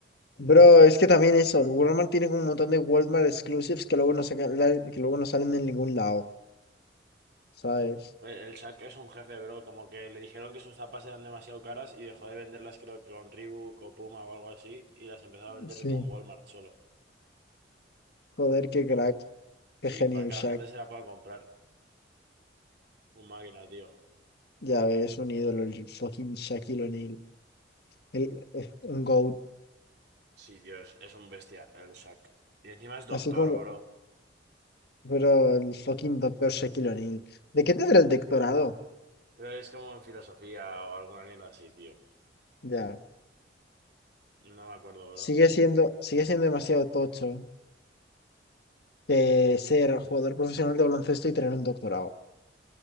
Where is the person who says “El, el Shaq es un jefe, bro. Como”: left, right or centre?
Right